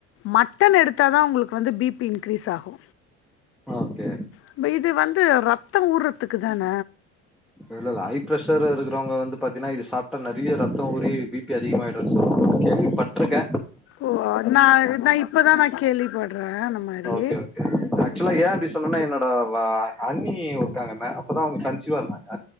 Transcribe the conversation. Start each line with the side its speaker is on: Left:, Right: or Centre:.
Left: மட்டன் எடுத்ததா உங்களுக்கு வந்து பி பி இன்கிரீஸ் ஆகு
Centre: ஓகே
Left: நம்ப இது வந்து ரத்தம் ஊறதுக்கு தான
Centre: இல்ல ஹய் ப்ரெஷர் இருக்குறவங்க வந்து பாத்தீனா இது சாப்டா நறைய ரத்தம் ஊறி பி பி அதிகமாயிடுன் சொல்லுவாங்க கேள்வி பட் ட்ருக்க
Left: ஓ நா நா இப்பதா நா கேள்விப்படுறே அந்த மாரி
Centre: ஓகே ஓகே ஆக்சுவலா ஏன் அப்படி சொன்னோனா என்னோட அண்ணி இருக்காங்க மே அப்பதா அவங்க கன்ச்சிவா இருந்தாங்க